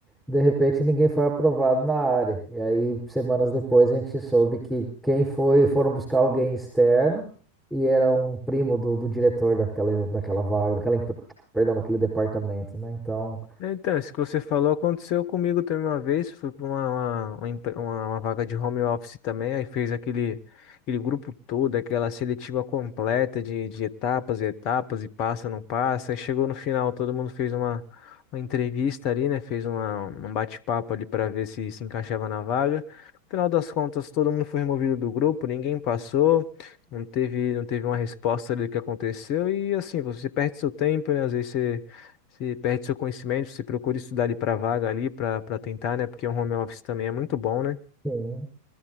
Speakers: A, in the centre; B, on the left.
A: de repente ninguém foi aprovado na área. E aí, semanas depois, a gente soube que quem foi, foram buscar alguém externo e era um primo do, do diretor daquela, daquela vaga, daquela, empre- perdão, daquele departamento, né? Então,
B: É, Então, isso que você falou aconteceu comigo também uma vez. Fui para uma, uma, uma, empre- uma- uma vaga de home office também. Aí fez aquele, aquele grupo todo, aquela seletiva completa de, de etapas e etapas, e passa, não passa. Aí chegou no final, todo mundo fez uma, uma entrevista ali, né? Fez uma, um bate-papo ali para ver se se encaixava na vaga. No final das contas, todo mundo foi removido do grupo, ninguém passou, não teve, não teve uma resposta ali do que aconteceu. E assim, você perde seu tempo, né? Às vezes você. Você perde seu conhecimento, você procura estudar ali para vaga ali, para para tentar, né? Porque o home office também é muito bom, né?
A: sim.